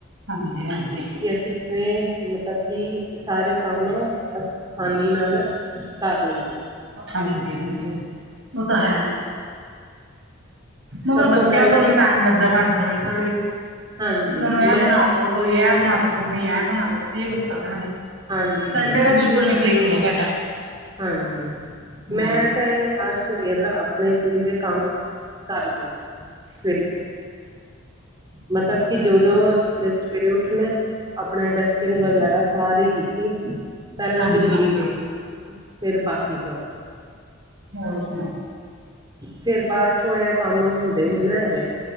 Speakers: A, on the right; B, on the right.
A: ਹਾਂਜੀ, ਹਾਂਜੀ।
B: ਕਿ ਅਸੀਂ ਕਿਵੇਂ ਮਤਲਬ ਕਿ ਸਾਰੇ ਕੰਮ ਅ ਆਸਾਨੀ ਨਾਲ ਕਰ ਲਈਏ।
A: ਹਾਂਜੀ-ਹਾਂਜੀ, ਓ ਤਾਂ ਹੈ। ਮਗਰ
B: ਸਭ
A: ਬੱਚਿਆਂ
B: ਪਹਿਲਾਂ
A: ਤੋਂ ਨੀ
B: ਤੇ
A: ਟਾਈਮ ਲੱਗਦਾ ਸਾਡੇ ਤੋਂ ਬਿਲਕੁਲ ਵੀ ਉਹਨਾਂ
B: ਹਾਂਜੀ
A: ਨੂੰ ਇਹ
B: ਮੈਂ
A: ਬਣਾ ਦੋ ਕੋਈ ਇਹ ਬਣਾ ਦੋ ਮੰਮੀ, ਇਹ ਬਣਾ ਦੋ ਬਸ ਇਹ ਕੁੱਛ ਕਰਦੇ ਰਹਿੰਦੇ,
B: ਹਾਂਜੀ ਹਾਂਜੀ
A: ਸੰਡੇ ਦਾ ਬਿਲ ਕੂਲ ਨੀ ਫਰੀ ਹੁੰਦਾ ਸਾਡਾ।
B: ਹਾਂਜੀ।
A: ਹਾਂ
B: ਮੈਂ ਤੇ ਹਰ ਸਵੇਰ ਆਪਣੇ ਦਿਨ ਦੇ ਕੰਮ ਕਰ ਲੈਂਦੀ। ਹੂੰ। ਮਤਲਬ ਕਿ ਜਦੋਂ ਸਵੇਰੇ ਉੱਠਨਾ ਐ ਆਪਣਾ ਡਸਟਿੰਗ ਵਗੈਰਾ ਸਾਰੀ ਕੀਤੀ, ਪਹਿਲਾਂ
A: ਹਾਂਜੀ
B: ਜ਼ਰੂਰੀ
A: ਹਾਂਜੀ
B: ਫੇਰ ਬਾਕੀ ਕੰਮ
A: ਹੋਰ ਸੁਨਾਓ।
B: ਫੇਰ ਬਾਅਦ ਚੋਂ ਇਹਂ ਕੰਮ ਹੁੰਦੇ ਨੀ ਨਾ ਹੈਗੇ।